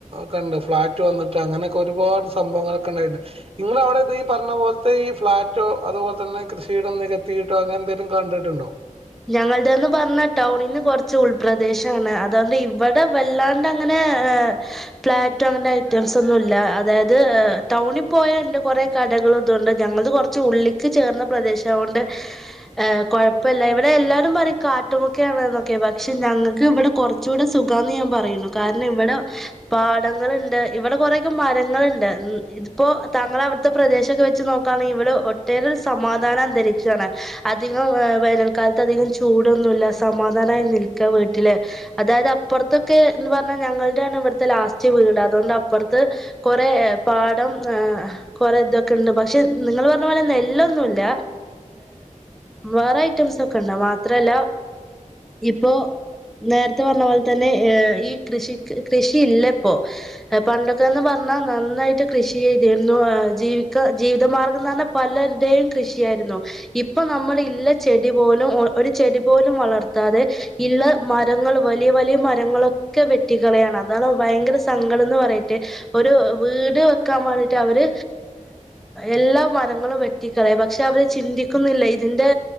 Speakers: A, on the right; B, in the centre.
A: കണ്ട് ഫ്ളാറ്റ് വന്നിട്ടും അങ്ങനെയൊക്കെ ഒരുപാട് സംഭവങ്ങളൊക്കെ ഉണ്ടായിട്ടുണ്ട്. ഇങ്ങള അവിടെ ഈ പറഞ്ഞ പോലത്തെ ഈ ഫ്ളാറ്റോ, അതുപോലെ തന്നെ കൃഷിയിടം നികത്തിയിട്ടോ അങ്ങനെ എന്തേലും കണ്ടിട്ടുണ്ടോ?
B: ഞങ്ങളുടെന്ന് പറഞ്ഞ ടൗണിന്ന് കുറച്ച് ഉൾപ്രദേശാണ്, അതുകൊണ്ട് ഇവിടെ വല്ലാണ്ട് അങ്ങനെ ഫ്ലാറ്റും അങ്ങനത്തെ ഐറ്റംസ് ഒന്നും ഇല്ല അതായത് ടൗണിൽ പോയണ്ട് കുറെകടകൾ ഇതുകണ്ട് ഞങ്ങളത് കുറച്ച് ഉള്ളിക്ക് ചേർന്ന പ്രദേശം അത്കൊണ്ട് ഹ് കുഴപ്പമില്ല ഇവിടെ എല്ലാവരും പറിം കാട്ട് മുക്കെ ആണ് ന്നെക്കെ പക്ഷെ ഞങ്ങൾക്ക് ഇവിടെ കുറച്ചുകൂടെ സുഖാന്ന് ഞാൻ പറയുന്നു കാരണം ഇവിടെ പാടങ്ങളുണ്ട് ഇവിടെ കുറയക്കെ മരങ്ങള്ണ്ട് ഇതിപ്പോ താങ്കള അവിടുത്ത പ്രദേശൊക്കെ വെച്ച് നോക്കാണെങ്കിൽ ഇവിടെ ഒട്ടേറെരു സമാധാന അന്തരീക്ഷാണ് അധികം വന കാലത്ത് അധികം ചൂടൊന്നുല്ല, സമാധാനമായി നിൽക്ക വീട്ടില്, അതായത് അപ്പുറത്തൊക്കെ എന്ന് പറഞ്ഞ ഞങ്ങളുടെയാണ് ഇവിടുത്തെ ലാസ്റ്റ് വീട് അതുകൊണ്ട് അപ്പുറത്ത് കുറെ പാടം കുറെേ ഇതൊക്കെ ഉണ്ട് പക്ഷെ നിങ്ങൾ പറഞ്ഞ പോലെ നെല്ലൊന്നുല്ല വേറെ <unintelligible> മാത്രല്ല ഇപ്പേ നേരത്തെ പറഞ്ഞ പോലെ തന്നെ ഈ കൃഷി കൃഷി ഇല്ലപ്പോ പണ്ടൊക്കെന്ന് പറഞ്ഞാൽ നന്നായിട്ട് കൃഷി ചെയ്തിരുന്നു ജീവിക്ക ജീവിതമാർഗംന്ന് പറഞ്ഞാൽ പലരുടെയും കൃഷിയായിരുന്നു ഇപ്പ നമ്മൾ ഇല്ല ചെടി പോലും ഒരു ചെടി പോലും വളർത്താതെ ഇള്ള മരങ്ങൾ വലിയ വലിയ മരങ്ങളൊക്കെ വെട്ടികളയാണ് അതാണ് ഭയങ്കര സ സങ്കടം എന്ന് പറയട്ടെ. ഒരു വീട് വെക്കാൻ വേണ്ടിട്ട് അവര് എല്ലാ മരങ്ങളും വെട്ടിക്കളയ, പക്ഷെ അവര് ചിന്തിക്കുന്നില്ല ഇതിന്റെ.